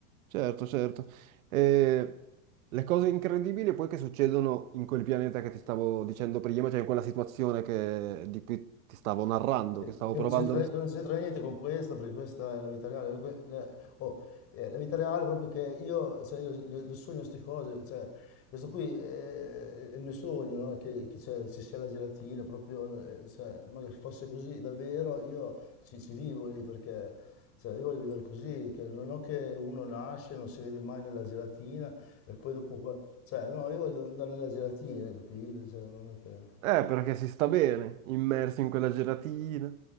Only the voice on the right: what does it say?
certo, certo. E le cose incredibili poi che succedono in quel pianeta che ti stavo dicendo prima, cioè in quella situazione che- di cui ti stavo narrando,
che stavo
provando
a
Eh, perché si sta bene, immersi in quella gelatina,